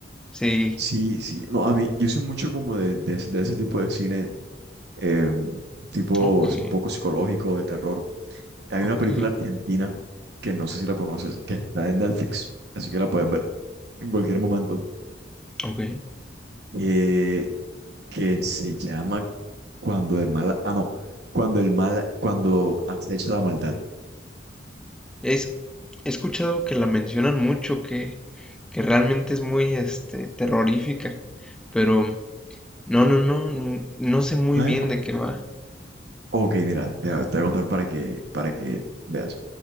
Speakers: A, in the centre; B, on the right.
A: Sí.
B: sí, sí. No, a mí, yo soy mucho como de, de- de ese tipo de cine, em, tipo,
A: Ok,
B: es un poco psicológico, de terror. Hay
A: ok,
B: una película argentina que no sé si la conoces, que está en Netflix, así que la puedes ver en cualquier momento,
A: ok.
B: eh, que se llama Cuando el mal, ah, no, Cuando el mal, cuando acecha la maldad.
A: Es, he escuchado que la mencionan mucho, que, que realmente es muy, este, terrorífica. Pero No, no, no, n- no sé muy
B: Ay,
A: bien
B: cu-
A: de qué va.
B: Ok, mira, te, voy a te voy a contar para que, para que veas.